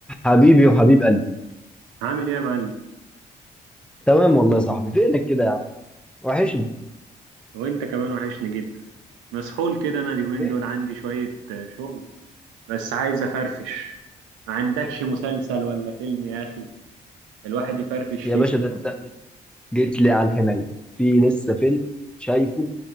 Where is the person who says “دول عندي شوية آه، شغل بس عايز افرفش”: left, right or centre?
Right